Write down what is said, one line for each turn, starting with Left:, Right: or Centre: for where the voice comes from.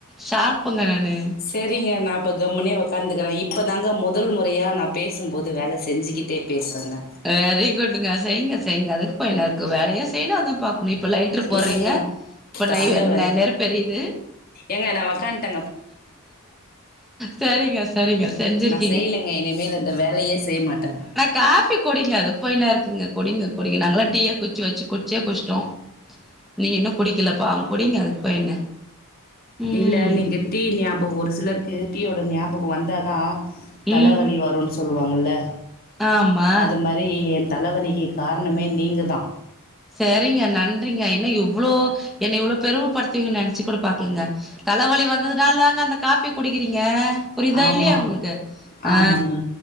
Centre: ஷார்ப்புங்க நானு
Left: செரிங்க நா அப்போ கம்முனே உட்காந்துக்குற இப்பதாங்க முதல் முறையா நா பேசும்போது வேல செஞ்சுக்கிட்டு டே பேசுறேங்க
Centre: வெரி குட்ங்க செய்ங்க செய்ங்க அதுக்கு போய் என்ன இருக்கு வேலையு செய்யனு அதுவு பாக்கணும் இப்ப லைட்டரு போட்றிங்க
Left: இல்லைங்க
Centre: இப்ப
Left: தல வலி
Centre: நெருப்பு எரியுது
Left: ஏங்க நா உக்கான்ட்ட
Centre: சரிங்க சரிங்க செஞ்சிருக்கே
Left: நா செய்யலங்க இனிமேல் அந்த வேலையே செய்ய மாட்ட
Centre: காபி குடிங்க அது போய் என்னா இருக்குங்க குடிங்க குடிங்க நாங்கல்லா டீயே குச்சி வச்சு குடிச்சே குச்சிட்டோம் நீங்க இன்னும் குடிக்கலப்பா குடிங்க அதுக்கு போய் என்ன ம்
Left: இல்ல நீங்க டீ ஞாபகம் ஒரு சிலருக்கு டீயோட ஞாபகம் வந்தாதா தல
Centre: ம்
Left: வலி வருனு சொல்லுவாங்கல
Centre: ஆமா
Left: அது மாரி ரி ஏ தலவலிக்கு காரணமே நீங்கதா
Centre: சரிங்க நன்றிங்க என்ன இவ்ளோ என்ன இவ்ளோ பெருமப்படுதுவீங்கனு நென்ச்சி கூட பாக்லங்க தல வலி வந்ததுனாலாங்க அந்த காபிய குடிக்கிறீங்க புரிதா
Left: ஆமா
Centre: இல்லியா உங்களுக்கு ஆ
Left: ஆமாங்க